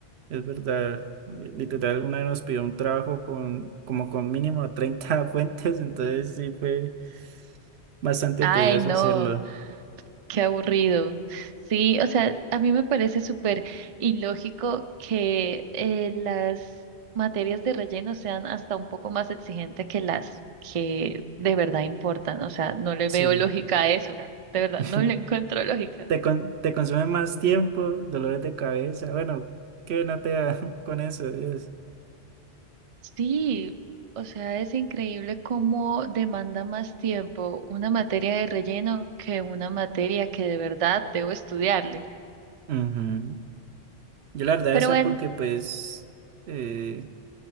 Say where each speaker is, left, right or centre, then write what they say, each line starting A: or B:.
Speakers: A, on the right (about 75°); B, on the right (about 50°).
A: es verdad. Literal, una vez nos pidió un trabajo con, como con mínimo <laughs> 30 fuentes, entonces sí fue bastante
B: Ay,
A: tedioso
B: no.
A: hacerlo,
B: Qué aburrido. Sí, o sea, a mí me parece súper ilógico que eh, las materias de relleno sean hasta un poco más exigentes que las que de verdad importan. O sea, no le
A: sí.
B: veo lógica a eso. De verdad,
A: <laughs>
B: no le encuentro lógica.
A: Te, con- te consume más tiempo, dolores de cabeza, bueno, que no te da <laughs> con eso, Dios.
B: Sí, o sea, es increíble cómo demanda más tiempo una materia de relleno que una materia que de verdad debo estudiarle.
A: Ujú. Yo la verdad
B: Pero
A: esa
B: bueno.
A: porque pues, eh,